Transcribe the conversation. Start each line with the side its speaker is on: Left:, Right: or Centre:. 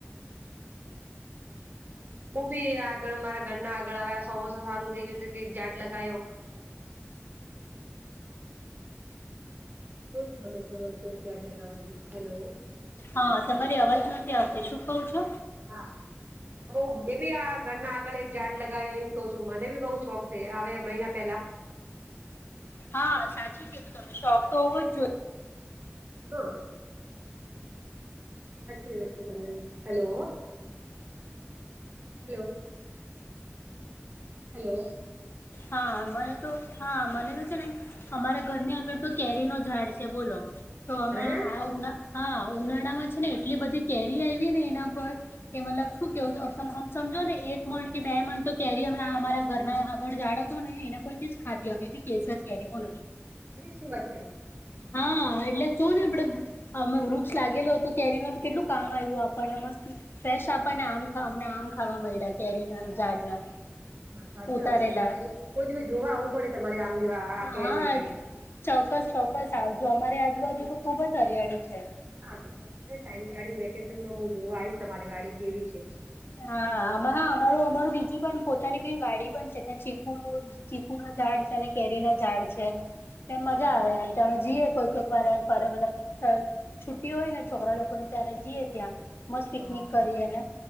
Right: <unintelligible> બહ બી આગળ મારા ઘરના આગળ હવે આ સમોસા ચાલુ થઈ ગયો છે કઈક ઝાડ લગાવો બઉ જ ગમે છે મને પ ઝાડ લગાવવાની હેલો
Left: હા તમારી અવાજ નથી આવતી શું કવ છો
Right: હા. હ મેં બી આ ઘરના આગળ એક ઝાડ લગાવ્યો એમ કઉ છું મને ભી બઉુ શોખ છે હ મહિના પેલા
Left: હા સાચું કીધું તમે શોખ તો હોવું જ જોઈએ
Right: <unintelligible> વાચી વા હલો હલો હલો
Left: હા મને તો હા મને તો છે ને અમારા ઘરની આગળ તો કેરી નો ઝાડ છે બોલો તો હમે
Right: અરે
Left: આ ઉ હા ઉનાળામાં છે ને એટલી બધી કેરી આવી ને એના પર કે મતલબ શું કેવુંમ સમજો ને એક મણ કે બે મણ તો કેરી અમે અમારા ઘરના જાડ ડો તો નહીં એના પરથી જ ખાધી અમે બી કેસર કેરી બોલો
Right: અરે શું <unintelligible>
Left: હા એટલે જો ને આપડે અમે વૃક્ષ લાગેલો તો કેરીમાં કેટલું કામ આવ્યું આપણને મસ્ત ફ્રેશ આપણને આમ અમને આમ ખાવા મળ્યા કેરી ના ઝાડના
Right: હા સાચી
Left: ઉતારેલા
Right: વાત છે તમારે ક કોઈ દિવસ જોવા આવવું પડે તમારે આમની વા આ
Left: હા
Right: કેરીની વાડી
Left: ચોક્કસ ચોક્કસ આવજો અમારી આજુબાજુ તો ખુબ જ હરિયાળી છે
Right: હા તો કોઈ દિવસ ટાઈમ કાઢી ને વેકેશન માં હું જોવા આઈશ તમારી વાડી કેવી છે
Left: હા આ હા અમારું અમારું બીજી પણ પોતાની બી વાડી પણ છે ત્યાં ચીકુ નું ચીકુ નું ઝાડ છે અને કેરી ના ઝાડ છે
Right: હા
Left: મજા
Right: હા
Left: આવે એમ અમે જઈએ કોઈ કોઈક વાર એમ ફ મતલબ છુ્ટી હોય ને છોકરા લોકો ત્યારે જઈએ ત્યાં મસ્ત પિકનિક
Right: હા
Left: કરી અને